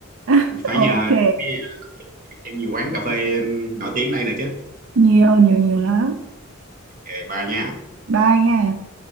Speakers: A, on the right; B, on the right.
A: <laughs>
B: phải
A: ok
B: nhờ đi, em gì quán cà phê nổi tiếng đây nè chứ
A: nhiều nhiều nhiều lắm
B: ok bye nha
A: bye nha